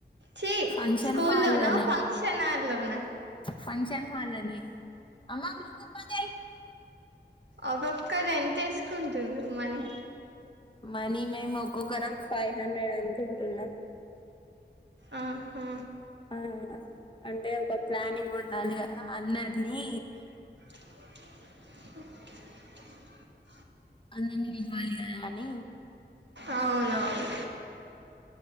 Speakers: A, on the right; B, on the left.
A: చీ
B: ఫంక్షన్
A: స్కూల్
B: హాల్లోనే
A: లో నా ఫంక్షన్ హల్ లోన ఉ న
B: ఫంక్షన్ హాళ్లనే అమ్మా బ్లూటూత్ బంజేయి
A: ఒకొక్కరు ఎంత ఏసుకుంటూన్రు మనీ
B: మనీ మేము ఒక్కొక్కరం ఫైవ్ హండ్రెడ్ అన్కుంటున్నాం
A: ఆ హా
B: ఆ అంటే ఒక ప్లానింగ్ ఉండాలి గదా అందర్నీ
A: <inaudible>
B: అందర్నీ పిలవాలి గదా అని
A: అవునవును